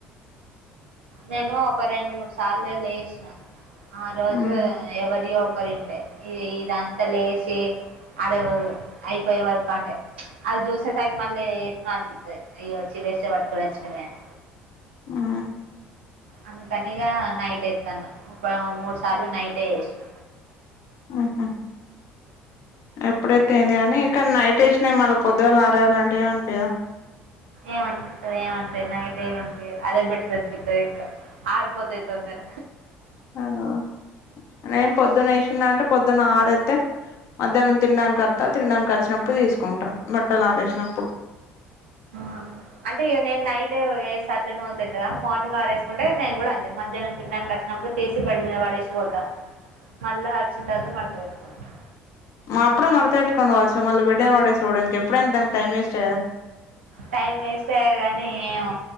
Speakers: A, on the right (about 75°); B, on the left (about 55°).
A: నేను ఒక రెండు మూడు సార్లు లేసిన ఆ రోజు
B: ఉమ్
A: ఎవరియో ఒకరి ఉండే ఇదంతా లేచి అడ అయిపోయే వరకు అంటే అది జూసే సరికి మళ్ళీ ఎట్లనో అనిపిస్తది అయ్యో వచ్చి వేస్ట్ గా పట్టుకొని వచ్చినమే అని
B: ఆ
A: అందుకనిగా నైట్ ఎత్తాన్న ఒక మూడు సార్లు నైటె ఏసిన
B: ఉహు ఎప్పుడైతే ఏంది కానీ కని నైట్ వేసిన మళ్ళీ పొద్దుగాలు ఆరెయాలంటే ఎం అనిపిద
A: ఏం అనిపిత్తది ఏం అనిపిదు నాకైతే ఏం అనిపిదు అదే బెటర్ అనిపిత్తది ఇంక ఆరుపోతయి తొందర
B: ఆ నేను పొద్దున్న ఏసిన్న అంటే పొద్దున్న ఆరైతే మధ్యాహ్నం తినడానికి వత్త తినడానికి వచ్చినప్పుడు తీసుకుంటాం బట్టలు ఆరెసినప్పుడు
A: ఆ అంటే ఇగ నేను నైట్ ఏసి అట్లనే వదిలేత్త కదా మార్నింగ్ ఆరేసుకుంటే నేను కూడా అంతే మధ్యానం తినడానికి అచ్చినప్పుడు తీసి బెడ్ మీద పడేసి పోతా మళ్ళా వచ్చిన తర్వాత మడత పెట్టుకుంటా
B: మాప్పుడే మరత పెట్టుకోవచ్చు మళ్ళ బెడ్ మీద పడేసిపోవుడెందుకు ఎప్పుడైనా దానికి టైం వేస్ట్ కదా
A: టైం వేస్టే గాని ఏమో